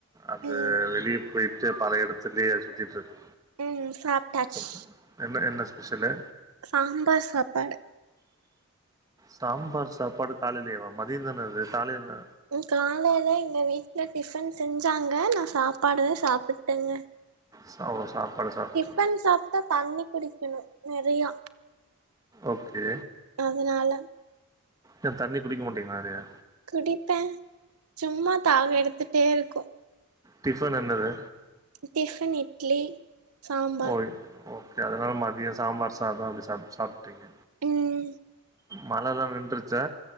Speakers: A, on the right; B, on the right.
A: அது
B: ம்
A: வெளிய போயிட்டு பல இடத்துலயே அது சுத்திட்டுருக்கு
B: ம் சாப்ட்டாச்சு
A: ச என்ன என்ன ஸ்பெஷலு
B: சாம்பார் சாப்பாடு
A: சாம்பார் சாப்பாடு காலைலேவா மதியந்தானே அது காலைல என்ன
B: காலைல எங்க வீட்ல டிஃபன் செஞ்சாங்க நா சாப்பாடு சாப்பிட்டேங்க
A: சாப்டு சாப்பாடு சாப்ட்டு
B: டிஃபன் சாப்ட்டா தண்ணி குடிக்கணு நெறையா
A: ஓகே
B: அதனால
A: ஏ தண்ணி குடிக்க மாட்டீங்களா நெறையா
B: குடிப்பே சும்மா தாகம் எடுத்துட்டே இருக்கு
A: டிஃபன் என்னது
B: டிஃபன் இட்லி சாம்பார்
A: ஓய் ஓகே அதனால மதிய சாம்பார் சாதம் அப்டி சாப் சாப்ட்டீங்க
B: ம்
A: மழ லா நின்றுருச்சா